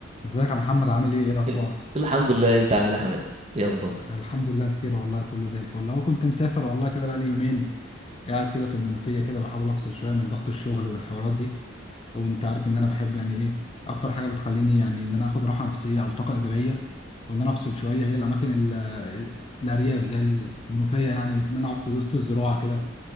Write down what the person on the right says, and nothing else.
ال- الحمد لله انت عامل ايه يا حماده ايه اخبارك